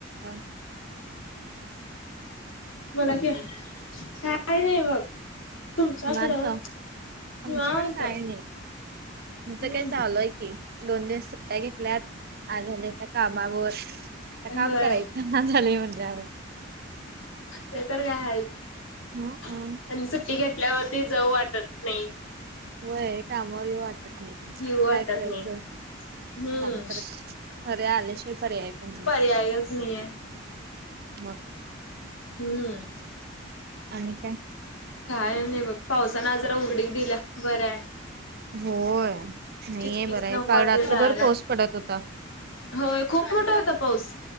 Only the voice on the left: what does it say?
बोला की काय नाही बघ तुमच्याकडं
निवांत
हम्म
होय
ते तर काय हायच
त्यांनी सुट्टी ल्यावरती जाऊ वाटत नाय.
येऊ वाटत
नाही हम्म
पर्यायच नाहीये
हम्
काय नाही बघ पावसान आजारा उघडीक दिल्या बऱ्या आहे
चिचकीच
नको
वाटते
जायला.
होय खूप मोठा होता पाऊस